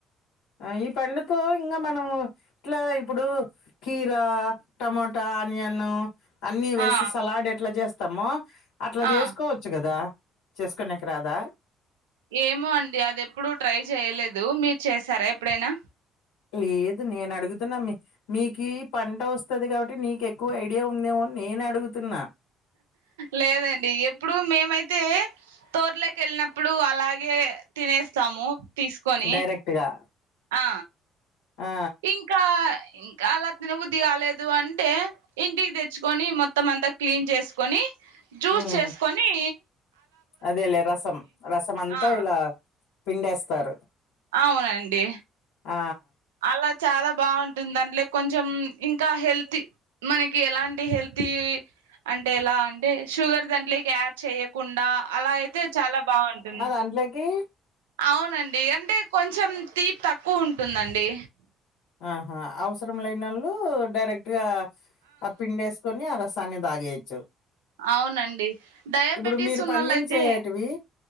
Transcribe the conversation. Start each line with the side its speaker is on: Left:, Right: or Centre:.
Left: ఆ ఈ పండుతో ఇంకా మనం. ఇట్లా ఇప్పుడు. కీరా టమోటా ఆనియన్ను అన్నీ వేసి
Right: ఆ
Left: సలాడ్ ఎట్లా జేస్తమొ అట్లా జేస్కో
Right: ఆ
Left: చ్చు గదా చేస్కొనేకి రాదా
Right: ఏమో అండి అదెప్పుడు ట్రై జేయ లేదు మీర్ చేసారా ఎప్పుడైనా
Left: లేదు నేనడుగుతున్న మీ మీకీ పంట వస్తది గాబట్టి నీకెక్కువ ఐడియా ఉందేమో అన్ నేనే అడుగుతున్నా
Right: లేదండి ఎప్పుడు మేమైతే తోట్లేకెళ్నప్పుడు అలాగే తినేస్తాము తీసుకొని
Left: డైరెక్ట్ గా
Right: ఆ
Left: ఆ
Right: ఇంకా ఇంకా అలా తిన బుద్ధి గాలేదు అంటే ఇంటిక్ దెచ్చ్కొని మొత్తం అంతా క్లీన్ జేస్కొని జ్యూస్
Left: ఉమ్
Right: చేస్కొనీ
Left: అదేలే రసం రసం అంతా
Right: ఆ
Left: ఇలా పిండేస్తారు
Right: అవునండి
Left: ఆ
Right: అలా చాలా బావుంటుంద్ దాంట్లేక్ కొంచం ఇంకా హెల్తీ మనకి ఎలాంటి హెల్తీ అంటే ఎలా అంటే షుగర్ దాంట్లేకి యాడ్ చేయ్యకుండా అలా అయితే చాలా బావుంటుం
Left: అంట్లేకీ
Right: అవునండి అంటే కొంచం తీప్ తక్కువుంటుందండి
Left: ఆహా అవసరం లేనొళ్ళు డైరెక్ట్ గా ఆ పిండేస్ కొని అ రసాన్ని దాగేయెచ్చు
Right: అవునండి డయాబెటీస్
Left: ఇబ్బుడు మీరు
Right: ఉన్నోళ్ళయితే
Left: పంన్నించేటివి